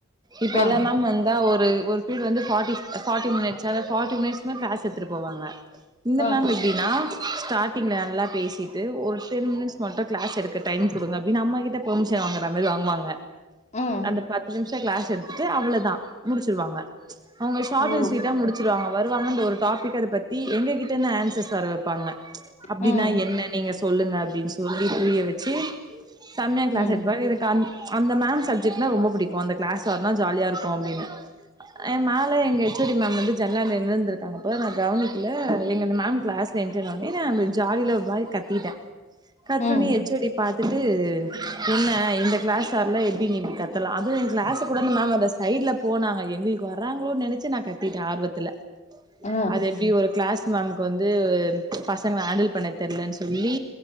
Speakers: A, on the right; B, on the left.
A: இப்ப
B: ஆ
A: எல்லா மேம் வந்தா ஒரு <unintelligible> <unintelligible> ஒரு பீரியடு வந்து ஃபார்ட்டி ஃபார்ட்டி மினிட்ஸ் அந்த ஃபார்ட்டி மினிட்ஸ் கிளாஸ் எடுத்திட்டுப் போவாங்க இந்த
B: ஆ
A: மேம் எப்டின்னா ஸ்டார்டிங்ல நல்லா பேசிட்டு ஒரு டென் மினிட்ஸ் மட்டு கிளாஸ் எடுக்க டைம் குடுங்க அப்டின்னு நம்ம கிட்ட பெர்மிஷன் வாங்குற மாரி வாங்குவாங்க
B: ம்
A: அந்த பத்து நிம்ஷ் த க்ளாஸ் எடுத்துட்டு அவ்ளதா முடிச்சுருவாங்க அவ்ங்க ஷார்ட்
B: ஓ
A: அன் ஸ்வீட்டா முடிச்சிருவாங்க வருவாங்க அந்த ஒரு டாபிக் அத பத்தி எங்ககிட்டருந்து ஆன்சர்ஸ் வர வெப் பாங்க அப்டினா
B: ம்
A: என்ன நீங்க சொ சொல்லுங்க அப்டின் சொல்லி புரிய வச்சு செம்மயா க்ளாஸ்
B: ம்
A: எடுப்பாங்க எனக்கு அந் அந்த மேம் சப்ஜெக்ட்னா ரொம்ப புடிக்கு அந்த க்ளாஸ் வர்னா ஜாலியா இருக்கு அப்டின்னு அஹ் மேல எங்க எச் ஓ டி மேம் வந்து ஜென்னல்ல நின்னுருந்துருக்காங்க போல நா கவனிக்கல எங்க மேம் க்ளாஸ் என்றனால இல்ல அவ்ளோ ஜாலில ஒரு மாரி கத்திட்டே கத்துனொனே
B: ம்
A: எச் ஓ டி பாத் த்துட்டு என்ன இந்த க்ளாஸ் ஆர்ல எப்டி நீ இப்டி கத்தலா அதுவு எ க்ளாஸுக் கூட அந்த மேம் வர்ல சைட்ல போனாங்க எங்களுக்கு வர்ராங்களோன்னு நெனச்சு நா கத்திட்டே ஆர்வத்துல
B: ஆ
A: அது எப்டி ஒரு க்ளாஸ் மேம்க்கு வந்து உம் பசங்கல ஹேண்டில் பண்ண தெர்லன் சொல்லி